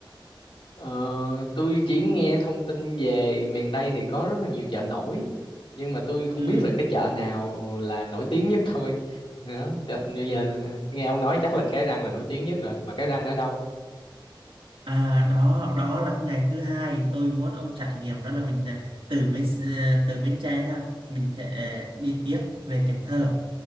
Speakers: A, on the left; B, on the right.
A: Ờ, tôi chỉ nghe thông tin về miền Tây thì có rất là nhiều chợ nổi nhưng mà tôi không
B: Ừ.
A: biết là cái chợ nào là nổi tiếng nhất thôi đó cho, bây giờ nghe ông nói chắc là cái răng là nổi tiếng nhất rồi mà cái răng ở đâu
B: À, đó, đó là cái ngày thứ hai tôi muốn ông trải nghiệm đó là mình à, từ Bến à, từ Bến Tre ha, mình sẽ à, đi tiếp về Cần Thơ.